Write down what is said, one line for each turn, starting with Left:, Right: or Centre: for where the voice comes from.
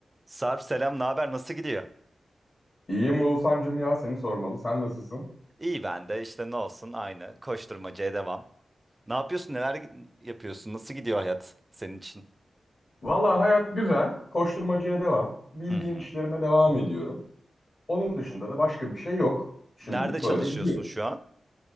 Right: Sarp selam, ne haber? Nasıl gidiyor?
Left: İyiyim Oğuzhan'cım ya seni sormalı. Sen nasılsın?
Right: İyi ben de işte ne olsun aynı koşturmacaya devam. Ne yapıyorsun? Neler gi- yapıyorsun? Nasıl gidiyor hayat senin için?
Left: Valla hayat güzel. Koşturmacaya devam. Bildiğin
Right: Hı hı.
Left: işlerime devam ediyorum. Onun dışında da başka bir şey yok. Şimdilik
Right: Nerede çalışıyorsun
Left: böyle gidiyoruz.
Right: şu an?